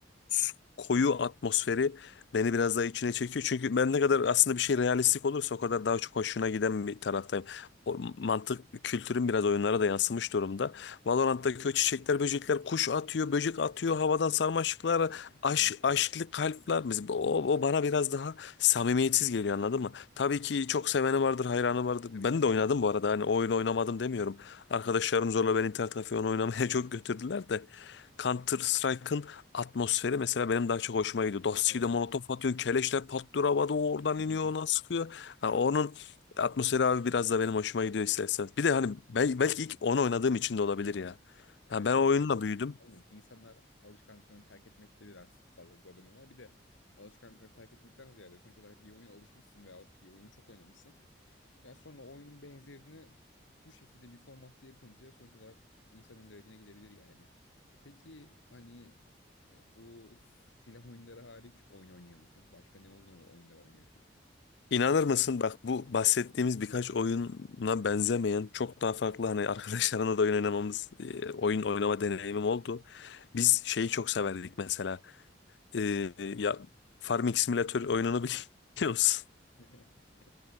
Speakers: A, on the left (about 65°); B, on the left (about 85°).
A: s- koyu atmosferi beni biraz daha içine çekiyor. Çünkü ben ne kadar aslında bir şey realistik olursa o kadar daha çok hoşuna giden bir taraftayım. O mantık kültürün biraz oyunlara da yansımış durumda. Valorant'taki o çiçekler, böcekler, kuş atıyor, böcek atıyor, havadan sarmaşıklar, aş,
B: Evet,
A: aşklı
B: evet.
A: kalpler. Mesela o, o bana biraz daha samimiyetsiz geliyor anladın mı? Tabii ki çok seveni vardır, hayranı vardır.
B: Tabii
A: Ben
B: tabii.
A: de oynadım bu arada. Hani o oyunu oynamadım demiyorum. Arkadaşlarım zorla beni internet kafeye onu oynamaya <laughs> çok götürdüler de. Counter Strike'ın atmosferi mesela benim daha çok hoşuma gidiyor. Dosti'yi
B: Evet.
A: de molotof atıyorsun, keleşler patlıyor havada, o oradan
B: <laughs>
A: iniyor, ona sıkıyor. Ha, onun atmosferi abi biraz da benim hoşuma gidiyor istersen. Bir de hani bel- belki ilk onu oynadığım için de olabilir ya.
B: Evet
A: Ha, ben
B: olabilir.
A: o oyunla büyüdüm.
B: Aynen. İnsanlar alışkanlıklarını terk etmekte biraz zaten zorlanıyorlar. Bir de alışkanlıklarını terk etmekten ziyade sonuç olarak bir oyuna alışmışsın veyahut bir oyunu çok oynamışsın. Ya sonra oyunun benzerini bu şekilde bir formatta yapınca sonuç olarak insanın garibine gidebilir yani. Peki hani e, bu silah oyunları hariç oyun oynuyor musun? Başka ne oyun- oyunlar oynuyorsun?
A: İnanır mısın bak bu bahsettiğimiz birkaç oyuna benzemeyen çok daha farklı hani arkadaşlarına da oyun oynamamız e, oyun oynama deneyimim oldu. Biz şeyi çok severdik mesela E, ya Farming Simulator oyununu biliyor musun?
B: <laughs>